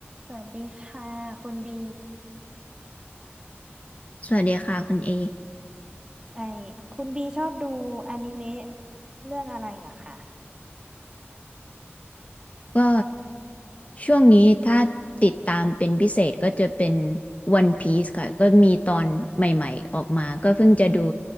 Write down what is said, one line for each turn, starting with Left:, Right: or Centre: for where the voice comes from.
Right: สวัสดีค่ะคุณบี
Left: สวัสดีค่ะคุณเอ
Right: ไอคุณบีชอบดูอนิเมะเรื่องอะไรเหรอคะ
Left: ก็ช่วงนี้ถ้าติดตามเป็นพิเศษก็จะเป็น One Piece ค่ะก็มีตอนใหม่ๆออกมาก็เพิ่งจะดู